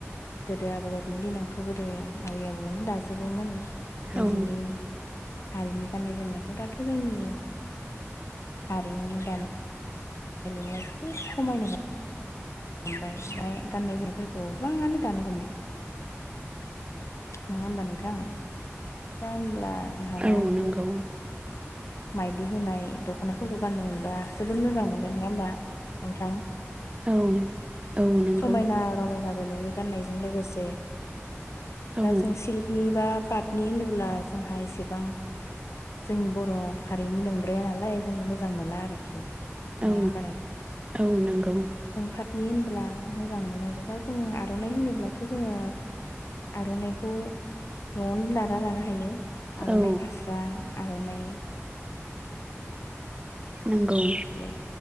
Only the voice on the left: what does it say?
गोदो आबौ आबैनि दिनावथ' गोदो आबै आबौआनो दाजोबोमोन। निजेनि
हारिनि गाननाय जोमनायखौ। दाथ' जोंनि हारिनि दानाय लुनाया जोबोद खमायनो हम हमबाय । ओमफ्राय गाननाय जोमनायफोरखौ गोबाङानो दानो हमबाय। नङा होमबा नोंथां? दा होमब्ला जोंहा
दा
ग माइदि होनाय दख'नाफोरखौ गाननो मोनबा जोबोद मोजां मोनो, नङा होमबा । नोंथां?
समायना रमायनाबो नुयो। गाननायजों लोगोसे,
दा जों सिल्कनि बा पाटनि होनोब्ला जोंहा एसेबां जोंनि बर' हारिनि नोंद्राया नालाय। जों मोजां मोना आरोखि। नङा
होमबा
पातनि होनबोला मोजां मोनो आरो दा जों आर'नाइ होनोब्लाथ' जोङो आर'नाइखौ न'आवनो दाना लानो हायो आर'नाइ
फास्रा, आर'नाइ
बे